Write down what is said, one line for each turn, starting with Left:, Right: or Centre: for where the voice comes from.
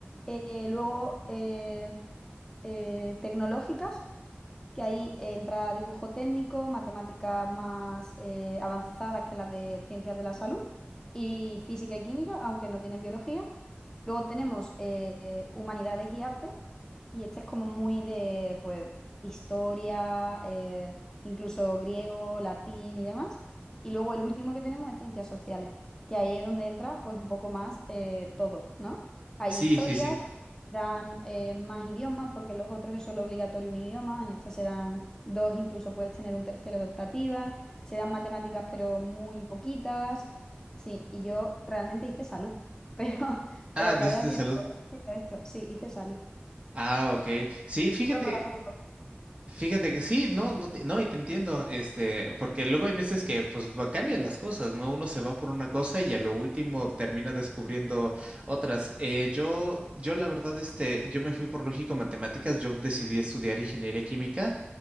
Left: Eh, luego, eh, eh, tecnológicas. que ahí entra dibujo técnico, matemáticas más eh, avanzadas que las de ciencias de la salud y física y química, aunque no tienen biología. Luego tenemos eh, humanidades y arte, y este es como muy de pues, historia, eh, incluso griego, latín y demás. Y luego el último que tenemos es ciencias sociales, que ahí es donde entra pues un poco más eh, todo, ¿no? Hay
Right: Sí,
Left: historia,
Right: sí, sí.
Left: dan eh, más idiomas, porque los otros es solo obligatorio un idioma, en esta se dan dos, incluso puedes tener un tercero de optativa, se dan matemáticas pero muy poquitas, sí, y yo realmente hice salud, pero, <laughs>
Right: Ah,
Left: pero acabé
Right: tú hiciste
Left: haciendo
Right: salud.
Left: esto, sí, hice salud.
Right: Ah, ok. Sí, fíjate,
Left: Iba para médico.
Right: fíjate que sí, no, no, te- no, y te entiendo, este, porque luego hay veces que pues va- cambian las cosas, ¿no? Uno se va por una cosa y a lo último termina descubriendo otras. Eh, yo, yo la verdad, este, yo me fui por lógico matemáticas, yo decidí estudiar ingeniería química,